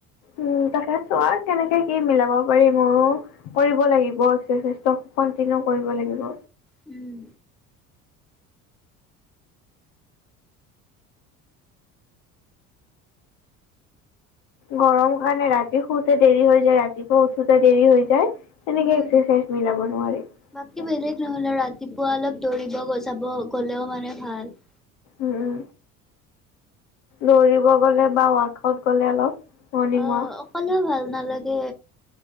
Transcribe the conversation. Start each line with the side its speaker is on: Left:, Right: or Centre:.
Left: উম তাকে চোৱা কেনেকে কি মিলাব পাৰি ময়ো কৰিব লাগিব এক্সাৰচাইজটো কন্টিনিউ কৰিব লাগিব।
Centre: উম
Left: গৰম কাৰণে ৰাতি শুতে দেৰি হৈ যায়। ৰাতিপুৱা উঠোতে দেৰি হৈ যায়। তেনেকে
Centre: উম
Left: এক্সাৰচাইজ মিলাব নোৱাৰিম।
Centre: বাকী বেলেগ নহ'লে ৰাতিপুৱা অলপ দৌৰিব যাব গ'লেও মানে ভাল।
Left: উম দৌৰিব গ'লে বা ৱাকত গ'লে অলপ। মৰ্ণিং
Centre: অ
Left: ৱাক।
Centre: অকলেও ভাল নালাগে